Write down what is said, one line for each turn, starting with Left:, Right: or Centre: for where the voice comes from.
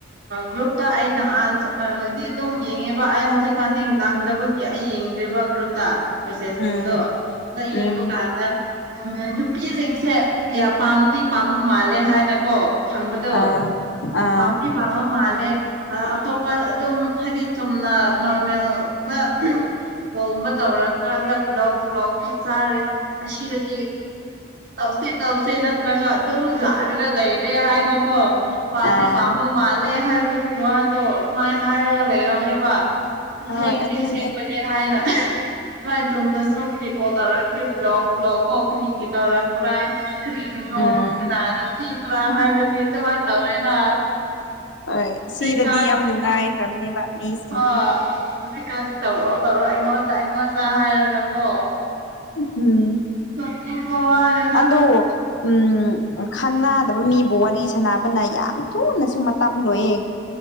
Right: ꯒ꯭ꯔꯨꯞꯇ ꯑꯩ ꯅꯍꯥꯟ ꯑꯗꯨꯝ ꯌꯦꯡꯉꯦꯕ ꯑꯩ ꯍꯧꯖꯤꯛ ꯀꯥꯟꯗ ꯅꯪꯗꯕꯒꯤ ꯑꯩ ꯌꯦꯡꯗ꯭ꯔꯦꯕ ꯒ꯭ꯔꯨꯞꯇ ꯃꯦꯁꯦꯖꯁꯤꯡꯗꯣ
Left: ꯎꯝ
Right: ꯅ ꯌꯦꯡꯕ
Left: ꯎꯝ
Right: ꯀꯥꯟꯗ ꯅꯨꯄꯤꯁꯤꯡꯁꯦ ꯌꯥꯝ ꯄꯥꯝꯗꯤ ꯄꯥꯝꯕ ꯃꯥꯜꯂꯦ ꯍꯥꯏꯅ ꯀꯣ ꯐꯪꯕꯗꯣ
Left: ꯑꯥ ꯑꯥ
Right: ꯄꯥꯝꯗꯤ ꯄꯥꯝꯃ ꯃꯥꯜꯂꯦ ꯑꯇꯣꯞꯄ ꯑꯗꯨꯝ ꯍꯥꯏꯗꯤ ꯆꯨꯝꯅ ꯅꯣꯔꯃꯦꯜꯒ ꯀꯣꯒꯨꯝꯕ ꯇꯧꯔꯀꯥꯟꯗ ꯕ꯭ꯂꯣꯛ ꯕ꯭ꯂꯣꯛꯒꯨꯝ ꯆꯥꯔꯦ ꯑꯁꯤꯗꯗꯤ ꯇꯁꯦ ꯇꯧꯁꯦ ꯅꯠꯇ꯭ꯔꯒ ꯑꯗꯨꯝ ꯂꯥꯏꯔꯒ ꯂꯩꯔꯦ ꯍꯥꯏꯅ ꯀꯣ ꯄꯝ
Left: ꯑꯥ
Right: ꯄꯥꯃ ꯃꯥꯂ ꯍꯥꯏ ꯄ ꯋꯥꯗꯣ ꯑꯗꯨꯃꯥꯏꯅ ꯍꯥꯏꯔꯒ ꯂꯩꯔꯝꯃꯦꯕꯁꯦꯡꯗꯤ
Left: ꯍꯣꯏ ꯑꯗꯨꯅꯦ
Right: ꯁꯦꯡꯕꯅꯦ ꯍꯥꯏꯅ ꯍ ꯆꯅ ꯁꯦꯀꯣ ꯇꯔ ꯕ꯭ꯂꯒ ꯐ꯭ꯂꯒ ꯀꯧꯈꯒꯤ ꯇꯧꯔ ꯄꯨꯔ ꯀꯕꯤꯔ ꯊꯣ
Left: ꯎꯝ
Right: ꯀꯅꯥꯗ ꯊ ꯄꯨ꯭ꯔꯥꯍ ꯗ ꯃꯥ ꯇꯧꯔꯦꯅ
Left: ꯍꯣꯏ ꯁꯤꯗꯗꯤ
Right: ꯀꯥ
Left: ꯌꯥꯝ ꯅꯨꯡꯉꯥꯏꯈ꯭ꯔꯕꯅꯦꯕ ꯃꯤꯁꯤꯡꯁꯦ
Right: ꯍ ꯍꯧꯖꯤꯛꯀꯥꯟꯁꯤ ꯇꯧꯔꯛꯑꯣ ꯇꯧꯔꯛꯑꯣ ꯑꯩꯉꯣꯟꯗ ꯑꯩꯉꯣꯟꯗ ꯍꯥꯏꯔꯒꯀꯣ
Left: ꯎꯝ
Right: ꯀ ꯍꯣꯋꯥꯅꯤꯗ
Left: ꯑꯗꯣ ꯎꯝ ꯈꯪꯅꯗꯕ ꯃꯤꯕꯨ ꯋꯥꯔꯤ ꯁꯥꯟꯅꯕꯅ ꯌꯥꯝ ꯊꯨꯅꯁꯨ ꯃꯇꯝ ꯂꯣꯏꯌꯦꯦ